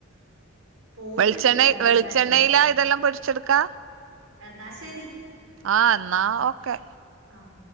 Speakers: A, on the right; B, on the right.
A: പോത്ത്ണ്ട്
B: വെളിച്ചെണ്ണയിലാ
A: തണുപ്പിക്കാനുള്ളെ
B: ഇതെല്ലാം പൊരിച്ചെടുക്കാ
A: എന്നാ ശരി
B: ആഹ് എന്നാ ഓക്കെ
A: ആഹ്